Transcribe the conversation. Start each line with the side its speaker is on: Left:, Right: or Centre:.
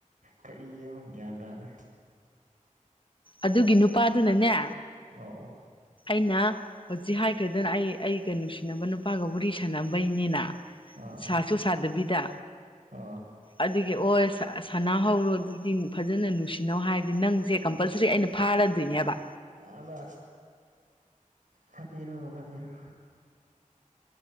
Right: ꯀꯔꯤ ꯅꯣ ꯒ꯭ꯌꯥꯟ ꯇꯥꯗꯦ
Left: ꯑꯗꯨꯒꯤ ꯅꯨꯄꯥꯗꯨꯅꯅꯦ
Right: ꯑꯣ
Left: ꯑꯩꯅ ꯍꯧꯖꯤꯛ ꯍꯥꯏꯈ꯭ꯔꯦꯗꯅ ꯑꯩ ꯑꯩꯒ ꯅꯨꯡꯁꯤꯅꯕ ꯅꯨꯄꯥꯒ ꯋꯥꯔꯤꯔꯤ ꯁꯥꯟꯅꯕꯩꯅꯦꯅ
Right: ꯑꯥ
Left: ꯁꯥꯁꯨ ꯁꯥꯗꯕꯤꯗ
Right: ꯑꯥ
Left: ꯑꯗꯨ ꯑꯦ ꯑꯣ ꯁꯅꯥ ꯍꯧꯔꯣ ꯑꯗꯨꯗꯤ ꯐꯖꯅ ꯅꯨꯡꯁꯤꯅꯧ ꯍꯥꯏꯔꯗꯤ ꯅꯪꯁꯦ ꯀꯝꯄꯜꯁꯔꯤ ꯑꯩꯅ ꯐꯥꯔꯗꯣꯏ ꯅꯤ ꯍꯥꯏꯕ
Right: ꯑꯥꯕ ꯐꯥꯕꯤꯔꯣ ꯐꯥꯕꯤꯔꯣ